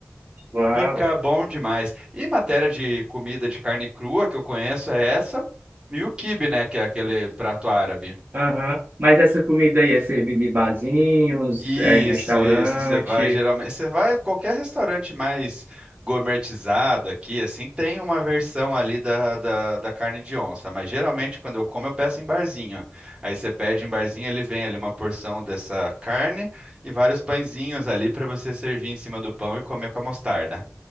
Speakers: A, on the right; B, on the right.
A: uau.
B: Fica bom demais. E matéria de comida de carne crua que eu conheço é essa, e o quibe, né, que é aquele prato árabe.
A: Aham. Mas essa comida aí é servida em barzinhos,
B: Isso,
A: é em restaurante.
B: isso. Você vai geralmente, você vai a qualquer restaurante mais gourmetizado aqui, assim, tem uma versão ali da, da, da carne de onça, mas geralmente quando eu como eu peço em barzinho. Aí você pede em barzinho, ele vem ali uma porção dessa carne e vários pãezinhos ali para você servir em cima do pão e comer com a mostarda.